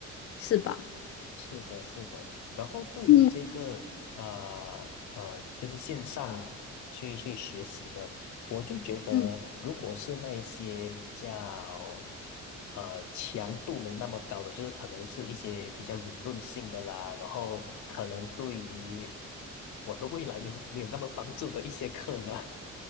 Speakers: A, on the left; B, on the left.
A: 是吧？
B: 是的，是的。然后对于这个呃呃，
A: 嗯
B: 就是线上去去学习的，我就觉得，
A: 嗯
B: 如果是那一些比较呃强度没那么高的，就是可能是一些比较理论性的啦，然后可能对于我的未来没没有那么帮助的一些课呢，